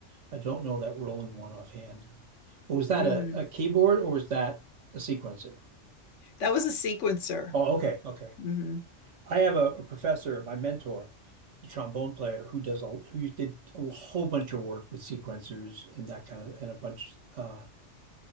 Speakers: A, on the right; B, on the left.
A: I don't know that Roland one offhand, but was that
B: mm-hmm.
A: a, a keyboard or was that a sequencer?
B: that was a sequencer
A: Oh, okay, okay.
B: mm-hmm.
A: I have a, a professor, my mentor, a trombone player who does a who did a whole bunch of work with sequencers and that kind of and a bunch uh